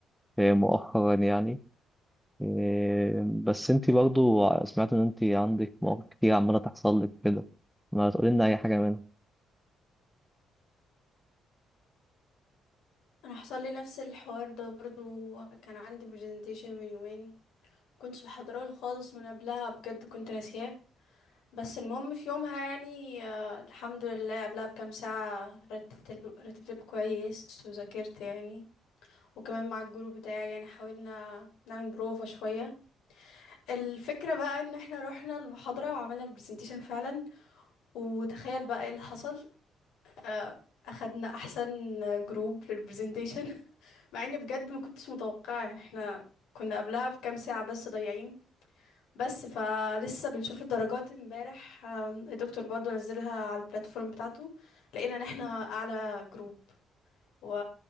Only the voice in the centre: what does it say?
آه، مؤخرا يعني آه، بس انتي برضو سمعت ان انتي عندك مواقف كتير عمالة تحصل لك كده ما تقولي لنا اي حاجة منها